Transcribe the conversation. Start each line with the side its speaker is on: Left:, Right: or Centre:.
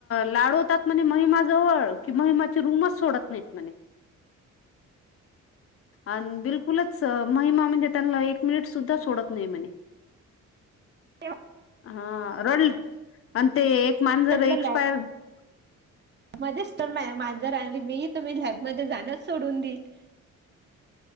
Left: लाडवतात म्हने महिमाजवळ कि, महिमाची रूमच सोडत नाहीत. म्हणे. आणि बिलकुलच महिमा म्हणजे त्यांना एक मिनिट सुद्धा सोडत नाही म्हणे.
Right: ठेव.
Left: हा रडली आणि ते एक माजर
Right: म्हटलं
Left: एक्सपायर.
Right: लॅब मध्येच तर नाय माजर आणि मी तुम्ही लॅबमध्ये जाणं सोडून देईल.